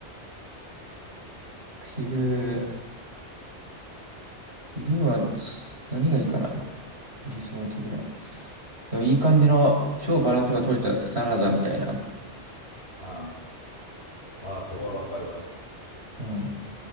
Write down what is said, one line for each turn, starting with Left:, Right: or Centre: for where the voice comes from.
Right: ぁ、昼、昼はつ何がいいかな。理想的な。でもいい感じの超バランスが取れたサラダみたいな。
Left: ああああそれはわかるわ。
Right: うん。